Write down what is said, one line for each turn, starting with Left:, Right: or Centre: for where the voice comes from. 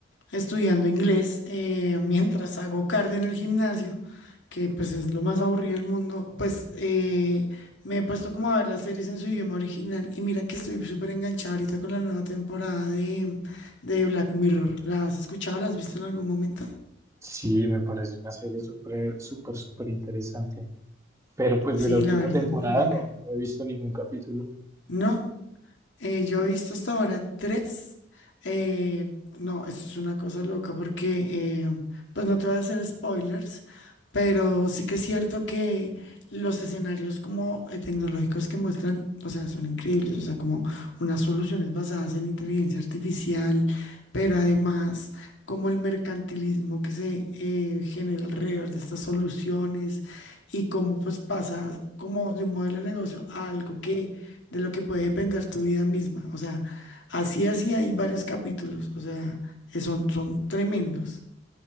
Left: estudiando inglés, eh, <laughs> mientras hago cardio en el gimnasio, que pues es lo más aburrido del mundo, pues eh, me he puesto como a ver las series en su idioma original y mira que estoy súper enganchada ahorita con la nueva temporada de, de Black Mirror. ¿La has escuchado? ¿La has visto en algún momento?
Right: Sí, me parece una serie súper, súper, súper interesante. Pero pues
Left: Sí,
Right: de la última
Left: la verdad,
Right: temporada
Left: muy buena.
Right: no, no he visto ningún capítulo.
Left: No, Eh, yo he visto hasta ahora tres. Eh, no, esto es una cosa loca porque, eh, pues no te voy a hacer spoilers, pero sí que es cierto que los escenarios como eh, tecnológicos que muestran, o sea, son increíbles, o sea, como unas soluciones basadas en inteligencia artificial, pero además como el mercantilismo que se eh, genera alrededor de estas soluciones y cómo pues pasa como de un modelo de negocio a algo que de lo que puede depender tu vida misma. O sea, así, así hay varios capítulos, o sea, eh, son, son tremendos.